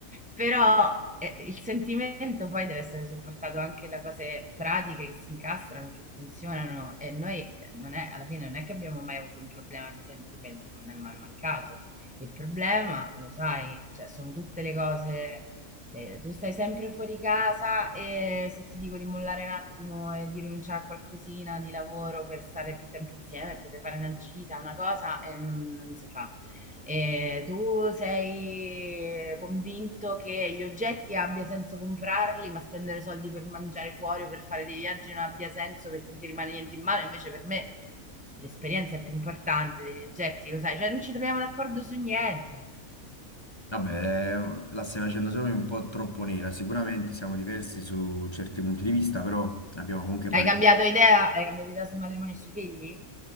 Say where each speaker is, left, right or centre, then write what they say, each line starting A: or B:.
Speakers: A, in the centre; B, on the left.
A: Però eh, il sentimento poi deve essere supportato anche da cose pratiche che si incastrano, che funzionano e noi non è, alla fine non è che abbiamo mai avuto un problema di sentimento, non è mai mancato. Il problema, lo sai, cioè, sono tutte le cose, cioè, tu stai sempre fuori casa e se ti dico di mollare un attimo e di rinunciare a qualcosina di lavoro per stare più tempo insieme, poter fare una gita, una cosa, eh, non, non si fa. E tu sei convinto che gli oggetti abbia senso comprarli, ma spendere soldi per mangiare fuori o per fare dei viaggi non abbia senso perché non ti rimane niente in mano? Invece per me l'esperienza è più importante degli oggetti, lo sai, cioè non ci troviamo d'accordo su niente.
B: Vabbè, la stai facendo solo un po' troppo nera. Sicuramente siamo diversi su certi punti di vista, però abbiamo comunque parecchi.
A: Hai cambiato idea? Hai cambiato idea sul matrimonio e sui figli?